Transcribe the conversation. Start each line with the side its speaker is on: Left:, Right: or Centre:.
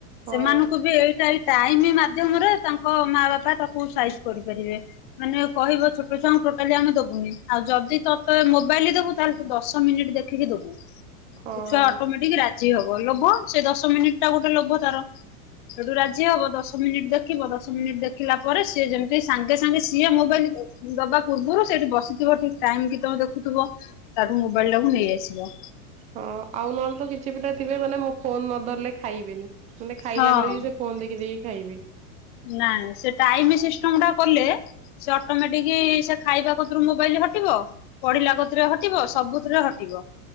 Right: ହଁ
Left: ସେମାନଙ୍କୁ ବି ଏଇଟା ଟାଇମ ମା ମାଧ୍ୟମରେ ତାଙ୍କ ମା ବାପା ତାକୁ ସାଇଜ କରିପାରିବେ ମାନେ କହିବ ଛୋଟ ଛୁଆଙ୍କୁ ଟୋଟାଲି ଆମେ ଦବୁନି ଆଉ ଯଦି ତୋତେ ମୋବାଇଲ ଦେବୁ ତାହେଲେ ତୁ ଦଶ ମିନିଟ ଦେଖିକି ଦେବୁ।
Right: ହଁ।
Left: ସେ ଛୁଆ ଅଟୋମେଟିକ ରା ଲୋଭ ସେ ଦଶ ମିନିଟ୍ ଟା ଗୋଟେ ଲୋଭ ତାର। ସେଠୁ ରାଜି ହବତ ଦଶ ମିନିଟ ଦେଖିବ ଦଶ ମିନିଟ ଦେଖିଲା ପରେ ସିଏ ଯେମିତି ସାଙ୍ଗେ ସାଙ୍ଗେ ସିଏ ମୋବାଇଲ ଦବା ପୂର୍ବରୁ ସେଠି ବସିଥିବ ଠିକ ଟାଇମ କି ତେମେ ଦେଖୁଥିବ ତାଠୁ ମୋବାଇଲ ତମେ ନେଇ ଆସିବ।
Right: ହଁ ଆଉ ନହେ କିଛି ପିଲା ଥିବେ ମାନେ ମୁ ଫୋନ୍ ନ ଧରିଲେ ଖାଇବେନି। ମାନେ ଖାଇଲା
Left: ହଁ
Right: ବେଳେ ବି ସେ ଫୋନ ଦେଖି ଦେଖି ଖାଇବେ।
Left: ନାଇଁ ସେ ଟାଇମିସ୍ ସିଷ୍ଟମ ଟା କଲେ ସେ ଅଟୋମେଟିକ ସେ ଖାଇବା କତରୁ ମୋବାଇଲ ହଟିବ ପଢିଲା କତୁରେ ହଟିବ ସବୁଥିରେ ହଟିବ।